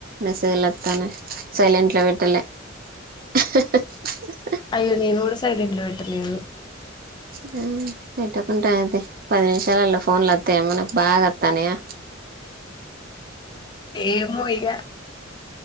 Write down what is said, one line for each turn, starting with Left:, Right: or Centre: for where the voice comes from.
Right: మెసేజ్ లొత్తన్నై సైలెంట్లో పెట్టలే. అ హ హ హ హా
Left: అయ్యో నేను కూడా సైలెంట్ లో పెట్టలేదు.
Right: హ్మ్ పెట్టుకుంటే ఏమి తీ పది నిమిషాలలో ఫోన్లు వత్తాన్నాయ మనకు బాగా వత్తాన్నాయా?
Left: ఏమో ఇగా